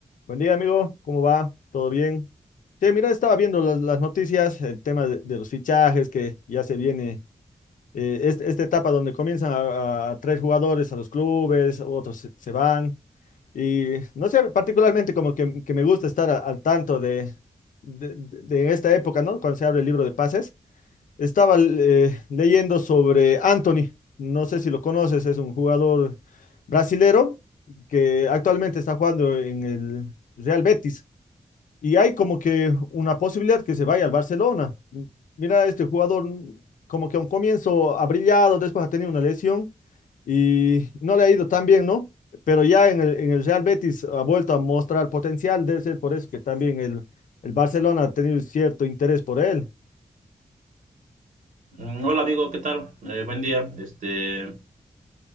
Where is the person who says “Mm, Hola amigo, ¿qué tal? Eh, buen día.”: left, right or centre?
Right